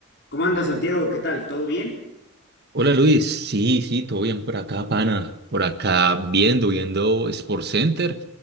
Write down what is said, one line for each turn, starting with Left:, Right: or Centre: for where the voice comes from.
Left: ¿Cómo andas, Santiago? ¿Qué tal? ¿Todo bien?
Right: Hola Luis, sí, sí, todo bien por acá, pana, por acá viendo, viendo Sports Center